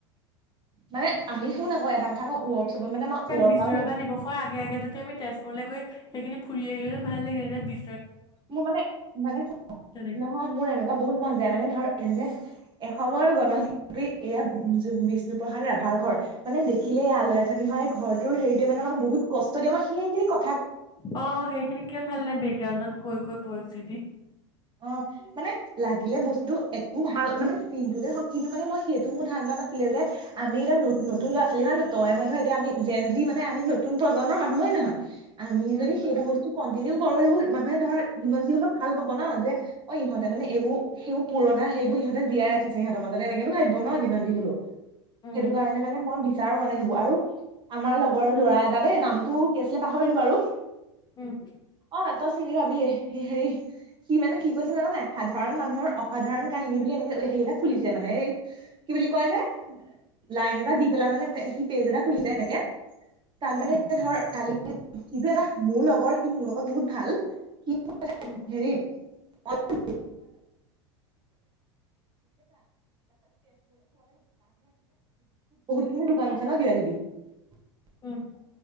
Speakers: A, on the right; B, on the left.
A: মানে আমি, শুন আকৌ এটা ক তাকো ৱৰ্কশ্বপত মানে ৱৰ্কআউট
B: বিশ্ব ৰাভা দিৱসৰ আগে - আগে যদি আমি তেজপুৰলৈ গৈ, সেইখিনি ফুৰি আহিলে, ভাল লাগিলে হয়ৰে বি
A: মোৰ মানে- মানে <unintelligible>
B: তেনেকে
A: নহয়। মোৰ এনেকুৱা বহুত মন যায়। মানে ধৰ এনেকে এসময়ৰ গণ শিল্পী এয়া বিষ্ণুপ্ৰসাদ ৰাভাৰ ঘৰ। মানে দেখিলেই আলৈ-আথনি হয়। এই ঘৰটোৰ হেৰিটোৱে মানে আমাক বহুত কষ্ট দিয়ে। মই সেইখিনি ক
B: অ' সেইখিনি কিমান ভাল লা- বেকগ্ৰাউণ্ডত কৈ। ক ভইচচি দি <unintelligible>
A: অ মানে লাগিলে বস্তুটো একো ভাল মানে চিন্পুল হওক কিন্তু মানে মই সেইটো মোৰ ধান দা নাছিলে যে আমি এতিটা নতুন ল'ৰা ছোৱালী হয় ন তই মই ধৰ এতিয়া আমি জেন যি মানে আমি নতুন প্ৰজন্মৰ মানুহ হয় নহয়। আমি
B: উম
A: যদি সেইবোৰ বস্তু কণ্টিনিউ কৰো দেখুন মানুহে ধৰা যিমান যি নহওঁক ধৰ ভাল পাব ন যে অ ইহঁতে মানে এইবোৰ সেইবোৰ পুৰণা সেইবোৰ ইহঁতে জীয়াই ৰাখিছে ইহতৰ মাজতে এনেকেতো ভাবিব ন যিমান যি হলো।
B: উম
A: সেইটো কাৰণে মানে মই বিচাৰো মানে সেইবোৰ আৰু আমাৰ লগত লগৰ ল'ৰা এটা দেই নামটো কি আছিলে পাহৰিলো বাৰু
B: উম
A: অ তই চিনি পাবিএ হেৰি কি মানে কৈছে জানে সাধাৰণ মানুহৰ অসাধাৰণ কাহিনী বুলি এনেকে হেৰি এটা খুলিছে মানে এই কি বুলি কয় যে লাইন এটা দি পেলা মানে সি পেজ এটা খুলিছে এনেকে তাত
B: উম
A: মানে এতিয়া ধৰ কালি সিটো এটা মোৰ লগৰ স মোৰ লগত বহুত ভাল স
B: উম
A: হেৰি বহুত খিনি দোকান আছে ন কিবা কিবি <unintelligible>
B: উম